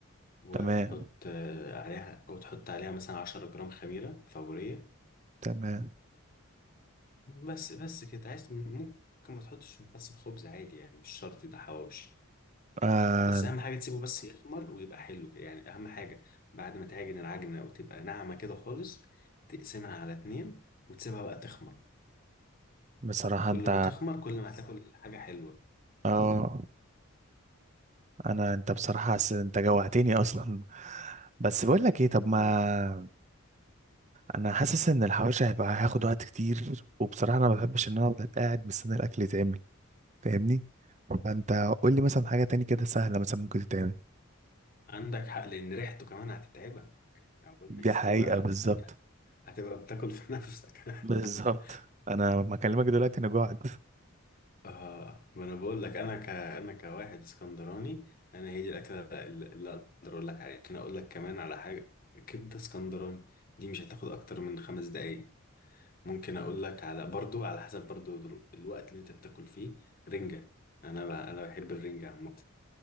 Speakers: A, on the left; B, on the right.
A: وتحط
B: تمام
A: آه، عليها او تحط عليها مثلا 10 جرام خميره فوريه
B: تمام
A: بس بس كده عايز ممكن ما تحطش محسن خبز عادي يعني مش شرط ده حواوشي
B: آه
A: بس اهم حاجه تسيبه بس يخمر ويبقى حلو كده يعني اهم حاجه بعد ما تعجن العجنه وتبقى ناعمه كده خالص تقسمها على اتنين وتسيبها بقى تخمر
B: بصراحه
A: كل
B: انت
A: ما تخمر كل ما بالظبط هتاكل حاجة حلوة
B: اه انا انت بصراحه أس- انت جوعتني اصلا بس بقول لك ايه طب ما
A: مم.
B: انا حاسس ان الحواوشي هيبقى هياخد وقت كتير وبصراحه انا ما بحبش ان انا افضل قاعد مستني الاكل يتعمل فاهمني فانت قول لي مثلا حاجه تاني كده سهله مثلا ممكن تتعمل
A: عندك حق لأن ريحته كمان هتتعبك يعني أول
B: دي
A: ما يستوي
B: حقيقه
A: هت-
B: بالظبط
A: هت- هتبقى بتاكل في نفسك <laughs>
B: بالظبط انا ما اكلمك دلوقتي انا جوعت
A: آه ما أنا بقول لك أنا ك... أنا كواحد اسكندراني أنا هي دي الأكلة اللي اللي أقدر أقول لك عليها ممكن أقول لك كمان على حاجة كبدة اسكندراني دي مش هتاخد أكتر من خمس دقايق ممكن أقول لك على برضو على حسب برضو دلو- الوقت اللي أنت بتاكل فيه رنجة أنا ب... أنا بحب الرنجة عامة